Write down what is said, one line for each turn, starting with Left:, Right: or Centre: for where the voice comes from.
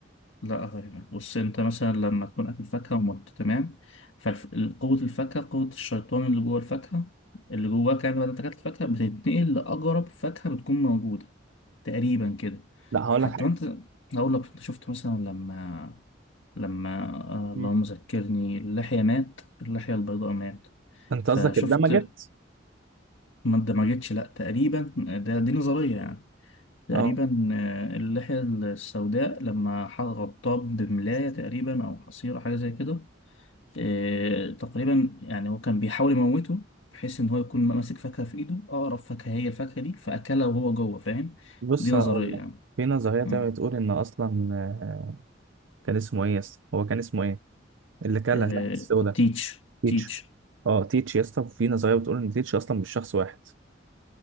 Left: لا افهمك بص انت مثلا لما تكون اكل فاكهه ومت تمام فقوه الفاكهه قوه الشيطان اللي جوه الفاكهه اللي جواك يعني بعد ما أنت اكلت الفاكهه بتتنقل لاقرب فاكهه بتكون موجوده تقريبا كده
Right: لا هقول
Left: حتى
Right: لك حاجه
Left: وانت هقول لك انت شفت مثلا لما لما آه، اللهم
Right: مم.
Left: ذكرني اللحية مات اللحية البيضاء مات
Right: انت
Left: فشفت
Right: قصدك اندمجت
Left: ما اندمجتش لا تقريبا ده دي نظرية يعني تقريبا
Right: اه
Left: آه، اللحية السوداء لما ح- غطاه بملاية تقريبا أو حصيرة حاجة زي كده آه، تقريبا يعني هو كان بيحاول يموته بحيث إن هو يكون ماسك فاكهة في إيده أقرب فاكهة هي الفاكهة دي فأكلها وهو جوه فاهم
Right: بص
Left: دي نظرية
Right: هقول لك
Left: يعني
Right: في نظريه تانية
Left: مم.
Right: بتقول ان اصلا آه، كان اسمه ايه يا اسطى هو كان اسمه ايه اللي كان
Left: آه،
Right: لحم السودا
Left: تيتش
Right: تيتش
Left: تيتش
Right: اه تيتش يا اسطى في نظريه بتقول ان تيتش اصلا مش شخص واحد